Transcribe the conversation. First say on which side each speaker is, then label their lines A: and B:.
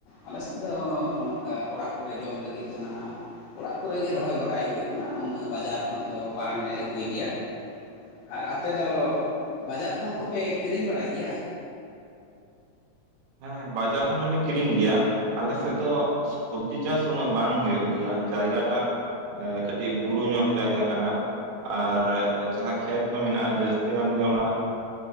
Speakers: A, on the left (about 80°); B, on the right (about 70°).
A: ᱟᱞᱮᱥᱮᱫ ᱫᱚ ᱱᱚᱝᱠᱟ ᱚᱲᱟᱜ ᱠᱚᱨᱮ ᱡᱚᱢ ᱞᱟᱹᱜᱤᱫ ᱫᱚ ᱱᱟᱦᱟᱜ ᱚᱲᱟᱜ ᱠᱚᱨᱮᱜᱮ ᱨᱚᱦᱚᱭ ᱵᱟᱰᱟᱭ ᱦᱳᱭᱳᱜ ᱠᱟᱱᱟ ᱩᱱᱟᱹᱜ ᱵᱟᱡᱟᱨ ᱠᱷᱚᱱ ᱫᱚ ᱵᱟᱝᱞᱮ ᱟᱹᱜᱩᱭ ᱜᱮᱭᱟ ᱟᱨ ᱟᱯᱮ ᱫᱚ ᱵᱟᱡᱟᱨ ᱠᱷᱚᱱ ᱠᱚᱯᱮ ᱠᱤᱨᱤᱧ ᱵᱟᱲᱟᱭ ᱜᱮᱭᱟ
B: ᱦᱮᱸ ᱵᱟᱡᱟᱨ ᱠᱷᱚᱱ ᱦᱚᱸᱞᱮ ᱠᱤᱨᱤᱧ ᱜᱮᱭᱟ ᱟᱞᱮ ᱥᱮᱫ ᱫᱚ ᱥᱚᱵᱡᱤ ᱪᱟᱥ ᱩᱱᱟᱹᱜ ᱵᱟᱝ ᱦᱳᱭᱳᱜ ᱜᱮᱭᱟ ᱡᱟᱭᱜᱟᱴᱟᱜ ᱮ ᱠᱟᱹᱴᱤᱡ ᱵᱩᱨᱩ ᱧᱚᱜ ᱡᱟᱭᱜᱟ ᱠᱟᱱᱟ ᱟᱨ ᱡᱟᱦᱟᱸ ᱠᱷᱮᱛ ᱠᱚ ᱢᱮᱱᱟᱜᱼᱟ ᱡᱟᱹᱥᱛᱤ ᱜᱟᱱ ᱜᱮ ᱚᱱᱟ